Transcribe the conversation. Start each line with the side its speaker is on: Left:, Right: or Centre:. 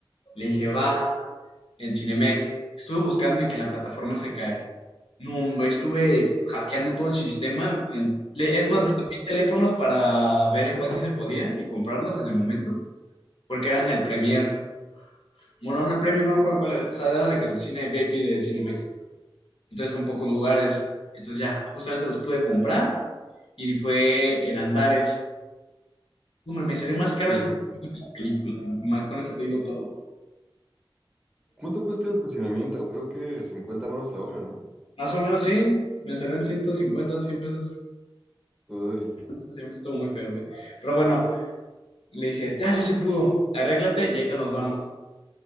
Left: Le dije, va, en Cinemex. Estuve buscando y que la plataforma se cae. No, hombre, estuve hackeando todo el sistema. en- le- Es más, hasta pedí teléfonos para ver en cuál sí se podía y comprarlos en el momento, porque eran el Premier. Bueno, en el Premier no me acuerdo cuál era. O sea, era de que el cine VIP de Cinemex. Entonces son pocos lugares. Entonces ya, justamente los pude comprar y fue en Andares. No, Hombre, me salió más caro
Centre: ujú.
Left: el estacionamiento que la película. Ma- Con eso te digo todo.
Centre: ¿Cuánto cuesta el estacionamiento? Creo que 50 baros la hora, ¿no?
Left: Más o menos sí, me salió en 150 100 pesos.
Centre: Uy.
Left: Este semestre estuvo muy feo, güey. Pero bueno, le dije, ya, ya se pudo, arréglate y ahorita nos vamos,